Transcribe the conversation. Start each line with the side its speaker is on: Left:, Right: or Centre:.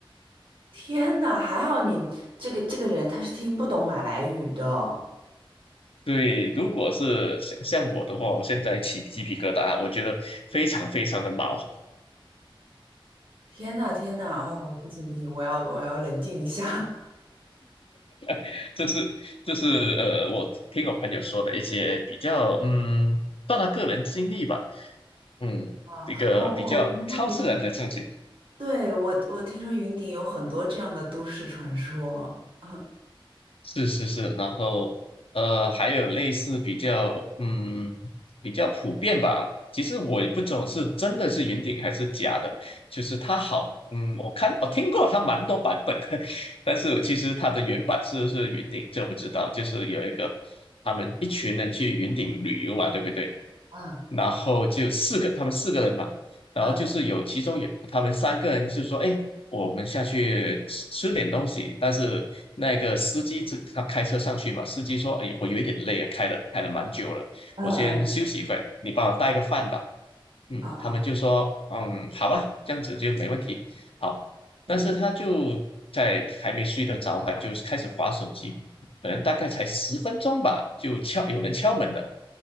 Right: 天呐，还好你这个这个人他是听不懂马来语的哦。
Left: 对，如果是像像我的话，我现在起鸡皮疙瘩，我觉得非常非常的毛。
Right: 天呐天呐，哦，不行不行，我要我要冷静一下。
Left: <laughs> 这是这是呃，我听我朋友说的一些比较嗯，算他个人经历吧，嗯，
Right: 啊，
Left: 一个比较超自然的事情。
Right: 哦哦，我听说云顶，对，我我听说云顶有很多这样的都市传说。<laughs> 啊
Left: 是是是，然后呃，还有类似比较嗯比较普遍吧。其实我也不懂是真的是云顶还是假的，就是它好，嗯，我看我听过它蛮多版本的，<laughs> 但是其实它的原版是是云顶，这我不知道。就是有一个他们一群人去云顶旅游嘛，对不对？
Right: 啊
Left: 然后就四个，他们四个人嘛，然后就是有其中有他们三个人就说，
Right: 嗯
Left: 哎，我们下去吃吃点东西，但是那个司机只他开车上去嘛，司机说：“哎，我有一点累啊，开了开了蛮久了，
Right: 嗯嗯
Left: 我先休息一会，你帮我带个饭吧。”嗯，
Right: 啊
Left: 他们就说：“嗯，好吧，这样子就没问题。”好，但是他就在还没睡得着，
Right: 嗯
Left: 他就开始划手机，可能大概才十分钟吧，就敲有人敲门了，